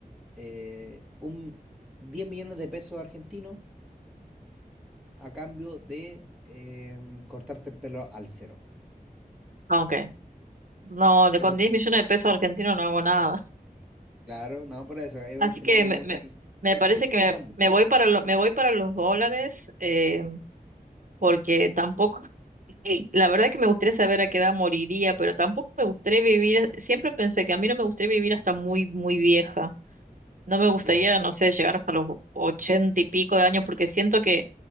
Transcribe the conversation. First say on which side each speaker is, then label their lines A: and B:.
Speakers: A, in the centre; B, on the right.
A: eh, un 10 millones de pesos argentinos a cambio de em, cortarte el pelo al cero.
B: ah, ok. No,
A: Ya,
B: de
A: ¿Qué
B: con
A: botón?
B: diez millones de pesos argentinos no hago nada.
A: Claro, no, por eso, es
B: Así
A: un escenario
B: que me,
A: muy...
B: me, me
A: Entonces,
B: parece que
A: subamos.
B: me, me voy para lo- me voy para los dólares, eh, porque tampoco, y la verdad que me gustaría saber a qué edad moriría, pero tampoco me gustaría vivir, siempre pensé que a mí no me gustaría vivir hasta muy, muy vieja. No me gustaría,
A: Ya.
B: no sé, llegar hasta los ochenta y pico de años, porque siento que